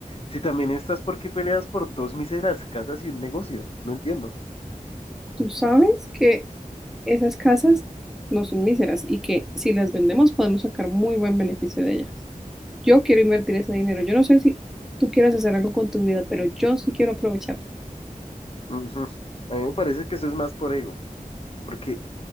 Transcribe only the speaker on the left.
si también estás, ¿por qué peleas por dos míseras casas y un negocio? No entiendo.
Ujú. A mí me parece que eso es más por ego, porque